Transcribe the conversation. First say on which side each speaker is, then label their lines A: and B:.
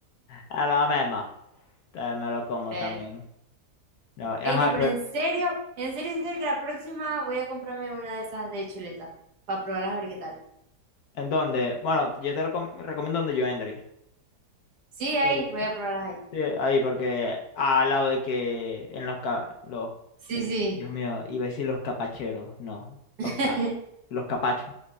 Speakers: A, on the left (about 70°); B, on the right (about 75°).
A: a la misma. También me lo como
B: Sí.
A: también. No, ajá,
B: Ey, no, pero
A: pero,
B: en serio, en serio, en serio, que la próxima voy a comprarme una de esas de chuletas para probarlas a ver qué tal.
A: ¿en dónde? Bueno, yo te recom- recomiendo donde yo, Endry.
B: Sí, ahí,
A: ¿Por qué?
B: voy a probarlas ahí.
A: Sí, ahí, porque al lado de que en los, ca- los
B: Sí, sí,
A: Dios mío, iba a decir los capacheros, no,
B: <laughs>
A: los, ca- los capachos.